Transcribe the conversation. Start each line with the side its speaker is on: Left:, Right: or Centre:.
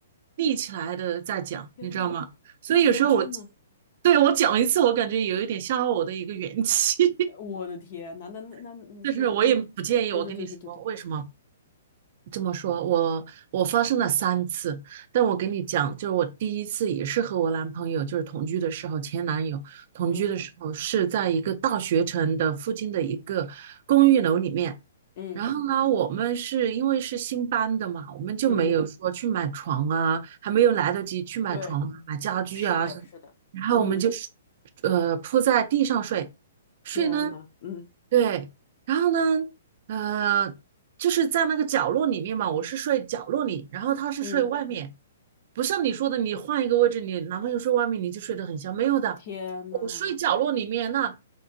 Right: 立起来的在讲，
Left: 天呐，
Right: 你知道吗？所以有时候我，
Left: 天呐，
Right: 对，我讲一次，我感觉有一点消耗我的一个元气，
Left: 呃我的天呐，那那那那就是，
Right: <laughs> 但是我也不介意。
Left: 嗯对对对对对对，
Right: 我跟你说，为什么？这么说，我我发生了三次，但我跟你讲，就是我第一次也是和我男朋友，就是同居的时候，前男友同居的时候是在一个大学城的附近的一个公寓楼里面，
Left: 嗯嗯
Right: 然后呢，我们是因为是新搬的嘛，我们就没有说去买床啊，
Left: 嗯，
Right: 还没有来得及去买床啊、
Left: 对，
Right: 买家具啊什么然后我们就是，
Left: 是的，是的，嗯，
Right: 呃，铺在地上睡，睡呢，
Left: 天呐，嗯
Right: 对，然后呢，呃，就是在那个角落里面嘛，我是睡角落里，然后他是睡外面，
Left: 嗯，
Right: 不像你说的，你换一个位置，你男朋友睡外面，你就睡得很香，没有的，
Left: 天呐，
Right: 我睡角落里面，那